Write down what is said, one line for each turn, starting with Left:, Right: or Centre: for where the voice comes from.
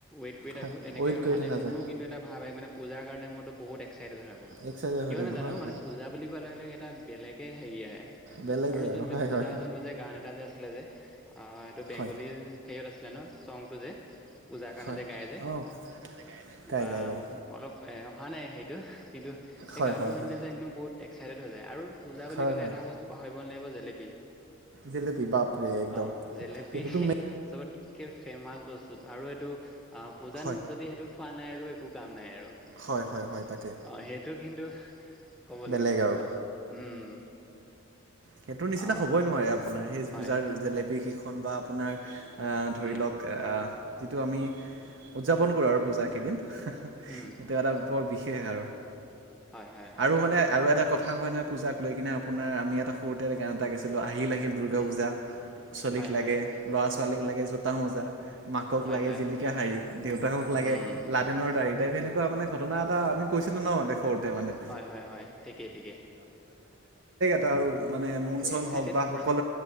Centre: ৱেইট কৰি
Right: হয়
Centre: থাকো তেনেকে
Right: ৱেইট কৰি
Centre: মানে
Right: থকা
Centre: মোৰো
Right: যায়
Centre: কিন্তু এটা ভাৱ হয় মানে পূজাৰ কাৰণে মইতো বহুত এক্সাইটেড হৈ থাকো
Right: এক্সাৰচাইজ
Centre: কিয়
Right: হৈ থাকে
Centre: নাজানো
Right: হয় হয়
Centre: মানে পূজা বুলি কোৱাৰ লগে লগে এটা বেলেগ হেৰি আহে
Right: বেলেগেই
Centre: আৰু যোনটো
Right: হয়
Centre: পূজা
Right: হয়
Centre: যোনটো যে গান এটা যে আছিলে যে অ এইটো বেংগলীৰ
Right: হয়
Centre: হেৰিয়ত আছিলে ন চংটো যে পূজাৰ কাৰণে
Right: হয়
Centre: যে গাই যে
Right: অঁ
Centre: কিবা
Right: গাই গাই গাই
Centre: ম অলপ এ অহা নাই হেইটো কিন্তু সেই
Right: হয়
Centre: গানতটো
Right: হয়
Centre: শুনিলে
Right: হয়
Centre: যে একদম বহুত এক্সাইটেড হৈ যায় আৰু পূজা বুলি
Right: হয়
Centre: ক'লে
Right: হয়
Centre: এটা বস্তু পাহৰিব নালাগিব জেলেপি
Right: জেলেপি বাপৰে একদম
Centre: অ জেলেপি
Right: সেইটোতো মে
Centre: চবত এককে ফেমাচ বস্তুত আৰু এইটো অ পূজাত
Right: হয়
Centre: যদি সেইটো খোৱা নাই আৰু একো কাম নাই আৰু
Right: হয় হয় হয় তাকে
Centre: অ সেইটো কিন্তু কব
Right: বেলেগ
Centre: লাগিব
Right: আৰু
Centre: উম
Right: সেইটো নিচিনা
Centre: অ
Right: হ'বই নোৱাৰে আপোনাৰ সেই
Centre: হয়
Right: পূজাৰ জেলেপি শ বা আপোনাৰ ধৰি
Centre: উম
Right: লওক যিটো আমি উদযাপন কৰোঁ আৰু পূজা কেইদিন এইেইটো
Centre: উম
Right: এটা বৰ বিশেষ সেইয়ে আৰু
Centre: হয় হয় হয়
Right: আৰু মানে আৰু এটা কথা হয় নহয় পূজাক লৈ কিনে আপোনাৰ আমি এটা সৰুতে এটা গৈছিলো আহিলেে দৰ্গা
Centre: উম
Right: পূজা ছোৱালীক
Centre: হয়
Right: লাগে
Centre: হয়
Right: লৰা ছোৱালীক লাগে জোতা মোজা মাকক
Centre: হয়
Right: লাগে
Centre: হয়
Right: জিলিকা শাাৰী দেউতাকক লাগে
Centre: উম
Right: লাডেনৰ দাাৰ়ী তাইপ সেনেকুৱা মানে ঘটনা এটা আমি কৈছিলো ন মানে সৰুতে মানে।
Centre: হয় হয় হয় ঠিকে ঠিকে।
Right: এ আৰু মানে মচন
Centre: এক্সাইটেড
Right: হওক বা
Centre: পুৰা
Right: সকল